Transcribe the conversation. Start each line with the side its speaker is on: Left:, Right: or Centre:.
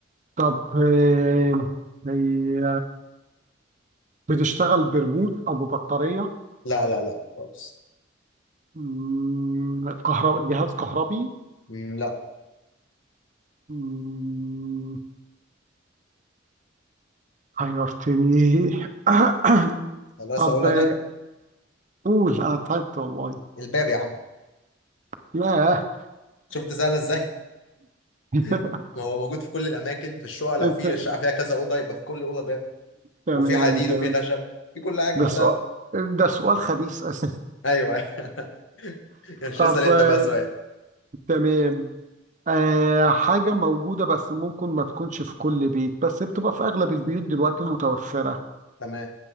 Right: طب آه، هي بتشتغل بريموت او ببطاريه
Left: لا لا لا خالص
Right: مم، كهرباء جهاز كهربي
Left: مم، لا
Right: مم، حيرتني <coughs>
Left: خلاص
Right: طب
Left: اقول
Right: آه،
Left: انا
Right: قول انا تعبت والله
Left: الباب يا عم
Right: ياه
Left: شفت سهله ازاي
Right: <laughs>
Left: <laughs> ما هو موجود في كل الاماكن في الشقه لو
Right: انت
Left: في الشقه فيها كذا اوضه يبقى في كل اوضه باب
Right: تمام
Left: وفي حديد
Right: تمام
Left: وفي خشب في كل حاجه
Right: ده
Left: وسهل
Right: سؤال ده سؤال خبيث اسف
Left: ايوه ايوه <laughs> مش
Right: طب
Left: اسال انت
Right: آه،
Left: بقى سؤال
Right: تمام آه، حاجة موجودة بس ممكن ما تكونش في كل بيت بس بتبقى في أغلب البيوت دلوقتي متوفرة
Left: تمام